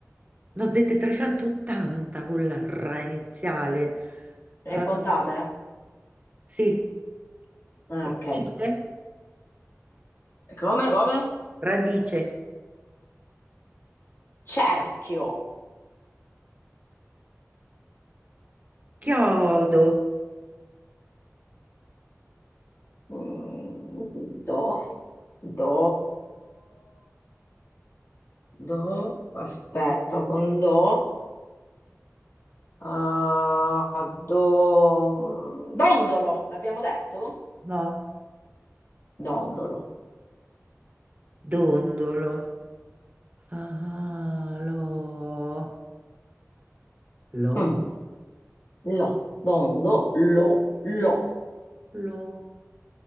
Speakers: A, on the right; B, on the left.
A: Ne ho dette 380 con la ra iniziale. Ah,
B: Le contate?
A: sì,
B: Ah,
A: radice,
B: ok. Come, come?
A: radice.
B: cerchio.
A: Chiodo,
B: Mm, Do, do, do, aspetta, con do, ah, do, dondolo, l'abbiamo detto?
A: no.
B: Dondolo.
A: Dondolo. Ah, lo, lo,
B: Mm, Lo, dondo, lo, lo.
A: lo.